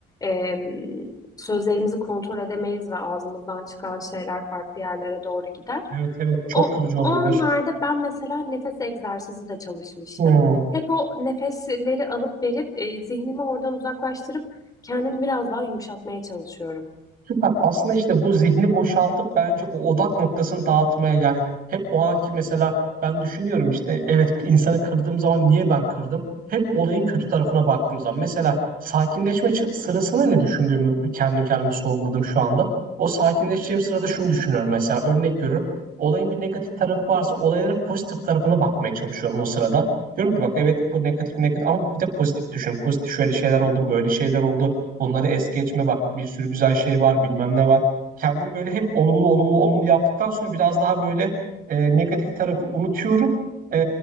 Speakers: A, on the left (about 20°); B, on the right (about 55°).
A: e, sözlerimizi kontrol edemeyiz ve ağzımızdan çıkan şeyler farklı yerlere doğru gider.
B: Evet evet çok
A: O,
B: kırıcı
A: o
B: olabilir.
A: anlarda ben mesela nefes egzersizi de çalışmıştım.
B: Hmm,
A: Hep o nefesleri alıp verip e, zihnimi oradan uzaklaştırıp kendimi biraz daha yumuşatmaya çalışıyorum.
B: süper. Aslında işte bu zihni boşaltıp bence o odak noktasını dağıtmaya yani hep o anki mesela ben düşünüyorum işte evet insanı kırdığım zaman niye ben kırdım? Hep olayın kötü tarafına baktığım zaman mesela sakinleşme ç- sırasında ne düşündüğümü kendim kendime sorguladım şu anda. O sakinleşeceğim sırada şunu düşünüyorum mesela örnek veriyorum. Olayın bir negatif tarafı varsa olayların pozitif tarafına bakmaya çalışıyorum o sırada. Diyorum ki bak evet bu negatif negatif ama bir de pozitif düşün. Pozitif şöyle şeyler oldu, böyle şeyler oldu. Bunları es geçme bak bir sürü güzel şey var bilmem ne var. Kendimi böyle hep olumlu olumlu olumlu yaptıktan sonra biraz daha böyle e, negatif tarafı unutuyorum. E,